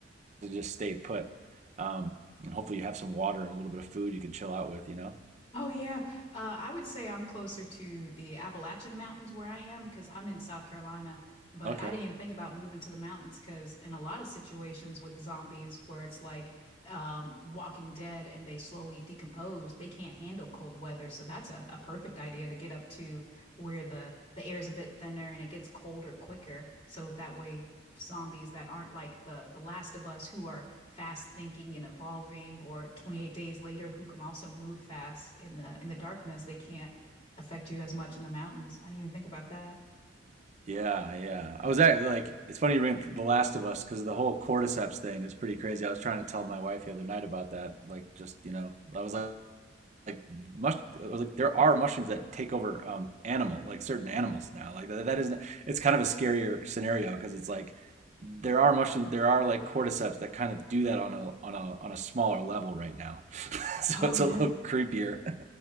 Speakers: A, on the right (about 40°); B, on the left (about 30°).
A: to just stay put. Um, and hopefully you have some water and a little bit of food you can chill out with, you know?
B: Oh yeah, uh, I would say I'm closer to the Appalachian Mountains where I am because I'm in South Carolina. But
A: Okay.
B: I didn't even think about moving to the mountains because in a lot of situations with zombies where it's like um, Walking Dead and they slowly decompose, they can't handle cold weather. So that's a, a perfect idea to get up to where the the air is a bit thinner and it gets colder quicker. So that way zombies that aren't like the the Last of Us who are fast thinking and evolving or 28 days later who can also move fast in the in the darkness. They can't affect you as much in the mountains. I didn't even think about that.
A: Yeah, yeah. I was actually like, it's funny you bring up The Last of Us because the whole cordyceps thing is pretty crazy. I was trying to tell my wife the other night about that. Like, just you know, I was like, like, mush, I was like there are mushrooms that take over um animal, like certain animals now. Like that, that isn't. It's kind of a scarier scenario because it's like there are mushrooms, there are like cordyceps that kind of do that on a on a on a smaller level right now. <laughs> so
B: Oh
A: it's
B: yeah.
A: a little creepier.